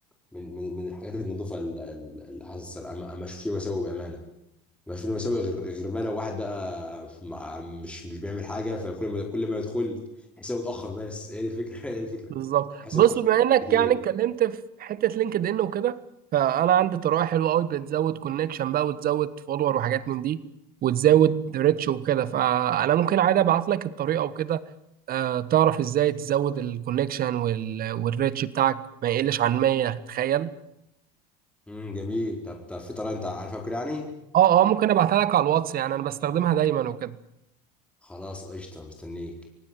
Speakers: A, in the centre; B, on the right.
A: من من من الحاجات النظيفه ال- ال- اللي حصلت انا ما ما اشوفش فيه مساوئ بامانه ما اشوفش فيه مساوئ غير غير بقى لو واحد بقى مع- مش مش بيعمل حاجه فكل ما كل ما يدخل حسابه اتاخر بس هي دي الفكره <laughs> هي دي الفكره
B: بالظبط
A: حسابه
B: بص
A: اتاخر
B: بما انك
A: كتير
B: يعني اتكلمت في حته لينكد ان وكده فانا عندي طريقه حلوه قوي بتزود كونكشن بقى وتزود فولور وحاجات من دي وتزود ريتش وكده فانا ممكن عادي ابعت لك الطريقه وكده آه تعرف ازاي تزود الكونكشن والريتش بتاعك ما يقلش عن 100 تخيل
A: امم جميل طب طب في طريقه انت عارفها وكده يعني
B: اه اه ممكن ابعتها لك على الواتس يعني انا بستخدمها دايما وكده
A: خلاص قشطه مستنيك